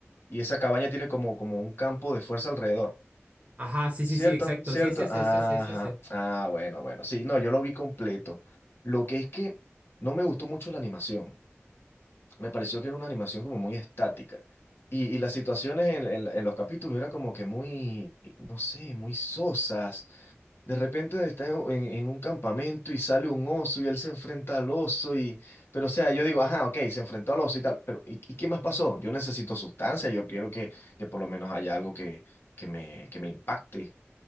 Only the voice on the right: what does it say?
Ajá, sí,
sí, sí, exacto,
sí, es ese,
es ese, es ese.